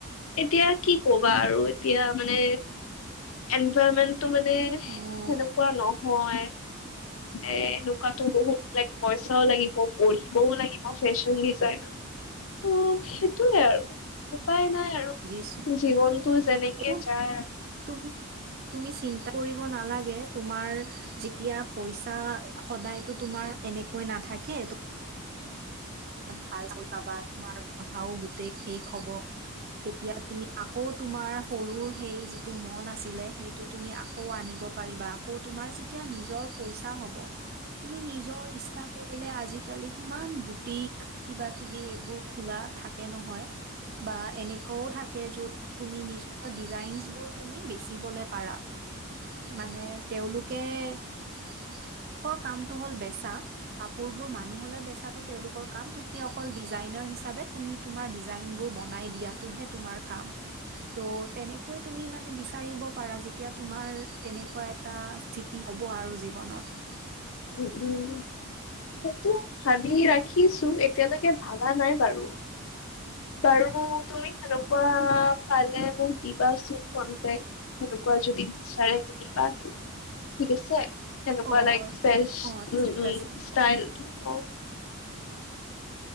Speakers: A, on the left; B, on the right.
A: এতিয়া কি কবা আৰু এতিয়া মানে এন পেমেন্টো মানে
B: অ',
A: সেনেকুৱা নহয়। এ এনেকুৱাতো বহুত ল পইচাও লাগিব পঢ়িবও লাগিব ফেশ্বন ডিজাইন ত' সেইটোৱে আৰু উপায় নাই। আৰু
B: বুজিছো
A: জীৱনতটো যেনেকে
B: একো
A: যায় আৰু।
B: তুমি তুমি চিন্তা কৰিব নালাগে। তোমাৰ যেতিয়া পইচা সদায়তো তোমাৰ এনেকৈ নাথাকে। তুমি ভাল পাবা তোমাৰ পঢ়াও গোটেই শেষ হব। তেতিয়া তুমি আকৌ তোমাৰ সৰু সেই যিটো মন আছিলে সেইটো তুমি আকৌ আনিব পাৰিবা আকৌ তোমাৰ যেতিয়া নিজৰ পইচা হব তুমি নিজৰ ইচ্ছা কৰিলে আজিকালি কিমান বুটিক কিবা কিবি এইবোৰ খোলা থাকে নহয় বা এনেকুৱাও থাকে যত তুমি নিজৰ ডিজাইনছবোৰ তুমি বেচিবলৈ পাৰা মানে তেওঁলোকে তেওঁলোকৰ কাম টো হল বেচা কাপোৰ বোৰ মানুহ বেচাটো তেওঁলোকৰ কাম তুমি অকল ডিজাইনাৰ হিচাপে তুমি তোমাৰ ডিজাইনবোৰ বনাই দিয়াটোহে তোমাৰ কাম। ত' তেনেকৈ তুমি মানে বিচাৰিব পাৰা যেতিয়া তোমাৰ তেনেকুৱা এটা স্থিতি হব। ব আৰু জীৱনত।
A: উম উম। সেইটোৱে ভাবি ৰাখিছোঁ এতিয়ালৈকে ভাবা নাই বাৰু। বাৰু তুমি সেনেকুৱা পালে মোক দিবাচোন কন্টেক সেনেকুৱা। যদি বিচাৰে কিবা ঠিক আছে। সেনেকুৱা
B: অ',
A: লাইক ফেচ
B: অ',
A: উ,
B: ঠিক
A: উ <unintelligible>
B: আছে
A: ষ্টাইল অ'। <inaudible>